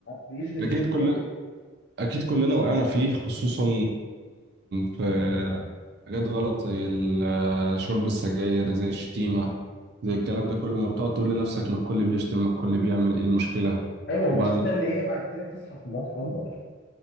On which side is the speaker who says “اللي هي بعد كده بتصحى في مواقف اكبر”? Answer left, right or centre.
Left